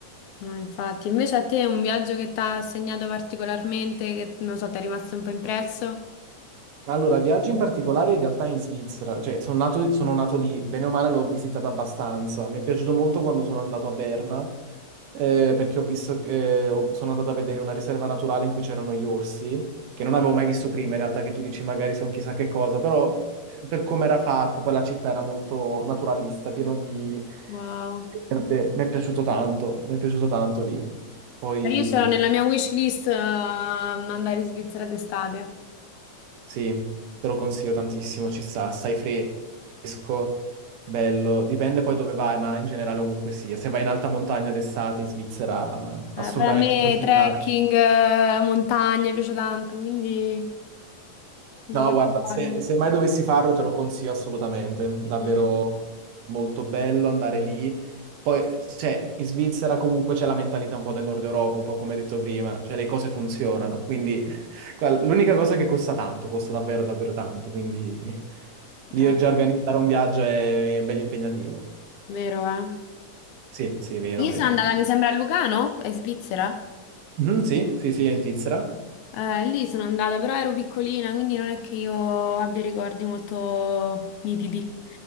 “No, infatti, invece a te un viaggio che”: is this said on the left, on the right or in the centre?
Left